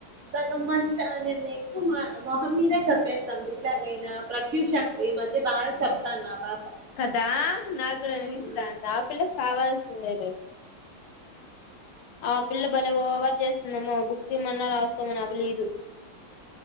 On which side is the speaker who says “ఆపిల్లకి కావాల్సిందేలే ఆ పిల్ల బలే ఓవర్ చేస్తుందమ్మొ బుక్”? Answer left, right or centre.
Left